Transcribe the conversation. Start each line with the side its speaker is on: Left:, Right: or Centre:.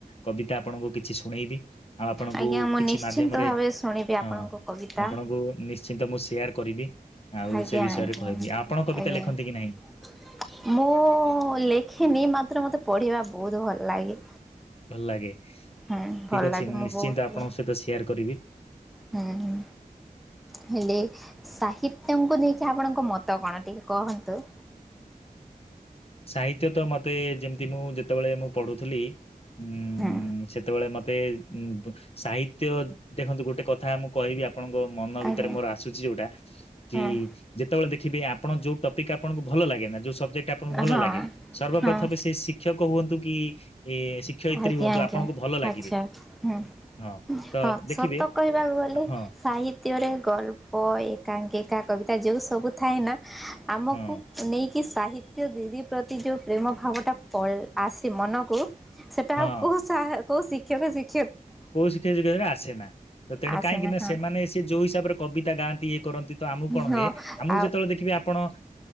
Left: କବିତା ଆପଣଙ୍କୁ କିଛି ଶୁଣେଇବି। ଆଉ ଆପଣଙ୍କୁ
Centre: ଆଜ୍ଞା ମୁଁ
Left: କିଛି
Centre: ନିଶ୍ଚିନ୍ତ
Left: ମାଧ୍ୟମରେ
Centre: ଭାବେ ଶୁଣିବି ଆପଣଙ୍କ
Left: ହଁ
Centre: କବିତା
Left: ଆପଣଙ୍କୁ ନିଶ୍ଚିନ୍ତ ମୁଁ ସେୟାର କରିବି। ଆଉ
Centre: ଆଜ୍ଞା
Left: ସେ ବିଷୟରେ
Centre: ଆଜ୍ଞା
Left: କହିବି ଆପଣ କବିତା
Centre: ଆଜ୍ଞା।
Left: ଲେଖନ୍ତି କି ନାହିଁ?
Centre: ମୁଁ ଲେଖିନି ମାତ୍ର ମତେ ପଢିବା ବହୁତ ଭଲ ଲାଗେ।
Left: ଭଲ ଲାଗେ। ଠିକ
Centre: ହୁଁ ଭଲ ଲାଗେ
Left: ଅଛି ମୁଁ ନିଶ୍ଚିନ୍ତ
Centre: ବହୁତ ପଢ଼େ
Left: ଆପଣଙ୍କ ସହିତ ସେୟାର କରିବି।
Centre: ହୁଁ। ହେଲେ ସାହିତ୍ୟଙ୍କୁ ନେଇକି ଆପଣଙ୍କ ମତ କଣ ଟିକେ କହନ୍ତୁ?
Left: ସାହିତ୍ୟ ତ ମତେ ଯେମିତି ମୁଁ ଯେତବଳେ ମୁଁ ପଢୁଥିଲି ଉଁ
Centre: ହଁ।
Left: ସେତବଳେ ମତେ ଉ ସାହିତ୍ୟ ଦେଖନ୍ତୁ ଗୋଟେ କଥା ମୁଁ କହିବି ଆପ ଆପଣଙ୍କ ମନ ଭିତରେ
Centre: ଆଜ୍ଞା
Left: ମୋର ଆସୁଚି ଯୋଉଟା କି
Centre: ହଁ
Left: ଯେତବଳେ ଦେଖିବେ ଆପଣ ଯୋଉ ଟପିକ୍ ଆପଣଙ୍କୁ ଭଲ ଲାଗେ ନା ଯୋଉ ସବଜେକ୍ଟ ଆପଣଙ୍କୁ ଭଲ
Centre: ହଁ
Left: ଲାଗେ, ସର୍ବପ୍ରଥମେ
Centre: ହଁ।
Left: ସେ ଶିକ୍ଷକ ହୁଅନ୍ତୁ କି ଏ ଶିକ୍ଷୟିତ୍ରୀ
Centre: ଆଜ୍ଞା
Left: ହୁଅନ୍ତୁ
Centre: ଆଜ୍ଞ,
Left: ଆପଣଙ୍କୁ ଭଲ ଲାଗିବେ
Centre: ଆଛା, ହୁଁ।
Left: ହଁ ତ
Centre: ହଁ
Left: ଦେଖିବେ
Centre: ସତ କହିବାକୁ
Left: ଏ
Centre: ଗଲେ
Left: ହଁ,
Centre: ସାହି ସାହିତ୍ୟରେ ଗଳ୍ପ, ଏକାଙ୍କିକା, କବିତା ଯୋଉ ସବୁ ଥାଏ ନା ଆମକୁ
Left: ହଁ,
Centre: ନେଇକି କି ସାହିତ୍ୟ ଦିଦି ପ୍ରତି ଯୋଉ ପ୍ରେମ ଭାବ ଟା ଆସେ ମନକୁ ସେଟା
Left: ହଁ
Centre: ଆଉ କୋଉ ସାର୍ କୋଉ ଶିକ୍ଷକ ଶି
Left: କୋଉ ଶିକ୍ଷରେ ଆସେ ନା ତେଣୁ
Centre: ଆସେନା
Left: କାହିଁକି ନା
Centre: ହଁ
Left: ସେମାନେ ସେ ଯୋଉ ହିସାବରେ କବିତା ଗାଆନ୍ତି ଇଏ କରନ୍ତି ତ ଆମୁକୁ କଣ
Centre: ହଁ
Left: ହୁଏ ଆମୁକୁ
Centre: ଆଉ
Left: ଯେତବଳେ ଦେଖିବେ ଆପଣ ଉ